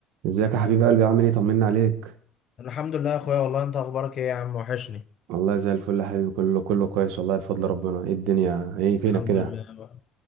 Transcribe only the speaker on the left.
الحمد لله يا اخويا والله انت اخبارك ايه يا عم وحشني
الحمد
لله